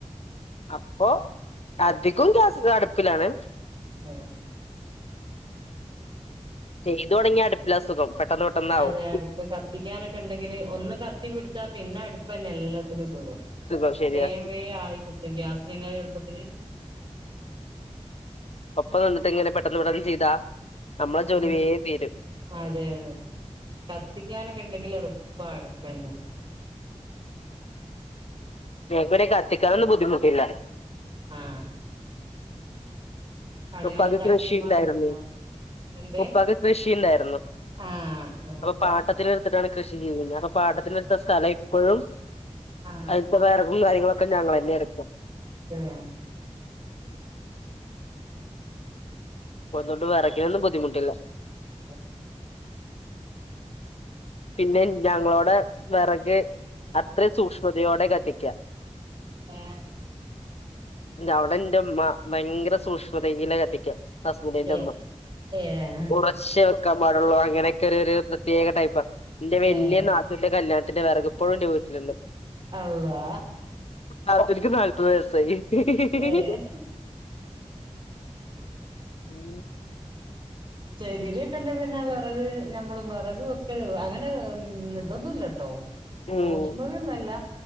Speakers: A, on the left; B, on the right.
A: അപ്പൊ അധികം ഗ്യാസ്അല്ല അടുപ്പിലാണ്
B: ആ
A: ചെയ്തു തുടങ്ങിയ അടുപ്പില സുഖം പെട്ടെന്ന് പെട്ടെന്നാവും
B: അതെ അടുപ്പ് കത്തിക്കാനൊക്കെ ഉണ്ടെങ്കിൽ ഒന്ന് കത്തി പിടിച്ചാ പിന്നെ അടുപ്പ്ന്നെ എല്ലാത്തിനുംസു
A: സുഖം ശരിയാ
B: വേം വേ ആയി കിട്ടും ഗ്യാസ നിങ്ങള എളുപ്പത്തിന്
A: ഒപ്പം നിന്നിട്ട് ഇങ്ങനെ പെട്ടന്ന് ഇവിടെന്നു ചെയ്താ നമ്മളെ ജോലി
B: അതെ
A: വേം തീരും
B: അതെ കത്തിക്കാനൊക്കെ ണ്ടെങ്കിൽ എളുപ്പ എളപ്പന്ന
A: ഞക്ക് പിനെ കത്തിക്കാനൊന്നും ബുദ്ധിമുട്ടില്ല
B: ആഹ് അവിടെങ്ങനെ
A: ഇപ്പൊ പകത്തിന്
B: ചക്കയും
A: ഷീല്ലായിരു
B: മാങ്ങൊക്കെ ഉണ്ടോ
A: ന്നീ
B: എന്ത്
A: ഉപ്പാക്ക് കൃഷിണ്ടായിരുന്നു
B: ആഹ്
A: അപ്പൊ പാട്ടത്തിലൊ കൃഷി ചെയുന്നത്പ്പ പാട്ടത്തിടുത്ത സ്ഥലം ഇഴും
B: ആഹ്
A: അതിപ്പ വേറെ കായും കാര്യങ്ങളൊക്കെ ഞങ്ങൾ തന്നെ എടുക്കും
B: ആഹ് ഏഹ്
A: അത് കൊണ്ട് വിറ യ്കി നൊന്നും ബുദ്ധിമുട്ടില്ല
B: ആഹ
A: പിന്നെ ഞങ്ങളോടെ വിറക് അത്ര സൂക്ഷ്മതയോടെ കത്തിക്കാം
B: ആഹ
A: അവിടെ എന്റെമ്മ ഭയങ്കര സൂക്ഷ്മതയില കത്തിക്കും ഹസ്ബൻഡ് ന്റെ
B: ഏഹ് ഏഹ്
A: അമ്മ
B: ഏഹ്
A: കുറച്ചേ വെക്കാൻ പാടുള്ളൂ അങ്ങനെയൊക്കെ ഒരു പ്രത്യേക ടൈപ്പ എന്റെ വലിയ
B: ഏഹ്
A: നാത്തൂന്റെ കല്യാണത്തിന്റെ വിറകിപ്പോഴുംന്റെ വീട്ടിലുണ്ട്
B: അള്ളാ
A: നാത്തൂൻക്ക് നാല്പത് വയസായി ഹി ഹി....
B: ഏഹ്
A: ഉ
B: ചേകിരിയൊക്കെ ഉണ്ട പിന്നെ വിറക് ഞമ്മള വിറക ഒക്കെ അങ്ങനെ ഇതൊന്നുമല്ലട്ടോ
A: ഉം
B: സൂക്ഷ്മതൊന്നല്ല